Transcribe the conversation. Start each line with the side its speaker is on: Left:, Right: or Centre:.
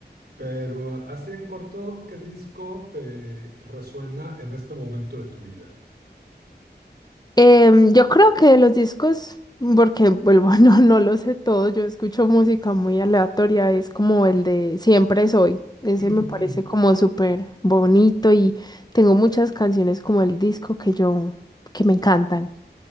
Right: pero ah, así en corto, ¿qué disco te resuena en este momento de tu vida?
Left: Em, yo creo que los discos, porque vuelvo, <laughs> no, no lo sé todo, yo escucho música muy aleatoria, es como el de Siempre Soy. Ese
Right: <laughs>
Left: me parece como súper bonito y tengo muchas canciones como el disco que yo, que me encantan.